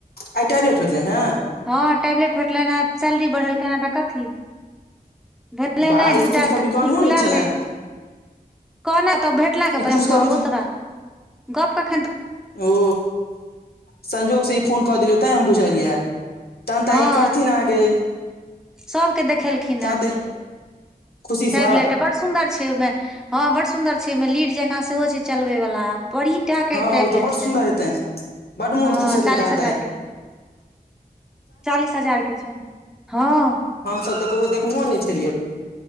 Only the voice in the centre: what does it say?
हँ टैबलेट भेटलैन हैं, सैलरी बढ़ेलकैन हैं तऽ कथी, भ टलै
नै
दूटा
फुल-फुलैल
रहै। कहनै तब भेटला कऽ
तऽ
हम कहबौ तोरा, गप्प कऽ
हँ
सबके देखेलखिन
हेँ
टैबलेट तऽ बड सु सुंदर छै, ओय में हँ बड़ सुंदर छै, ओय में लीड जकाँ सेहो छै चलबै वला बड़ी टा के
टैबलेट
छैन।
हँ
चालीस
हजार
के। चालीस हजार के छैन, हँऽ।